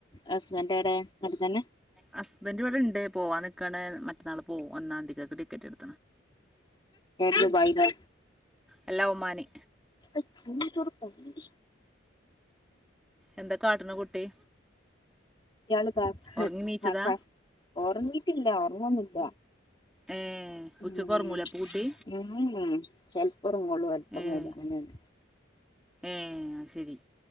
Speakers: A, on the left; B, in the centre.
A: ഹസ്ബൻഡവിടെ നാട്ടി തന്നെ
B: ഹസ്ബൻറ് ഇവിടെ ണ്ട് പോവാ നിക്കാണ് മറ്റന്നാൾള് പോവും ഒന്നാം തീയതിക്കൊക്ക് ടിക്കറ്റ് എടു
A: ദുബായിലാ
B: അല്ലാ ഒമാനി
A: <unintelligible> അ ചന്ിച്ചറ കൊണ്ട
B: എന്താ കാട്ടിണ കുട്ടി
A: ഇയാള് ആ
B: ഒറങ്ങി നീച്ചതാ
A: ഉം ഓർങ്ങിട്ടില്ല ഒറങ്ങുന്നില്ല
B: ഏഹ് ഉച്ചക്ക്
A: ഉം
B: ഒറങ്ങൂലെ അപ്പൊ കുട്ടി
A: ഉം <unintelligible> ഉറങ്ങുള്ളൂ <unintelligible>
B: ഏഹ്
A: അങ്ങനെയന്നെ
B: ഏഹ് അത് ശരി